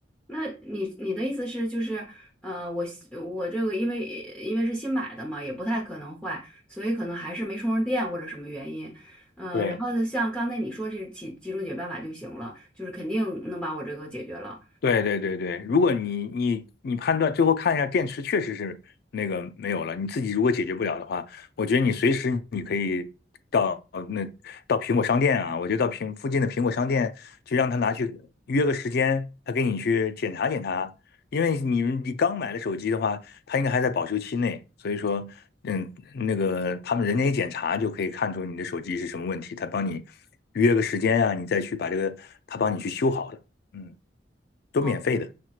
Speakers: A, in the centre; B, on the left.
A: 那你你的意思是就是，呃，我新我这个因为因为是新买的嘛，也不太可能坏，所以可能还是没充上电或者什么原因，呃，
B: 对，
A: 然后呢像刚才你说这几几种解决办法就行了，就是肯定能把我这个解决了。
B: 对对对对，如果你你你判断最后看一下电池确实是那个没有了，你自己如果解决不了的话，我觉得你随时你可以到那到苹果商店啊，我觉得到苹附近的苹果商店就让他拿去约个时间，他给你去检查检查，因为你你刚买的手机的话，它应该还在保修期内，所以说嗯那个他们人家一检查就可以看出你的手机是什么问题，他帮你约个时间啊，你再去把这个他帮你去修好的，嗯都免费的，
A: 哦，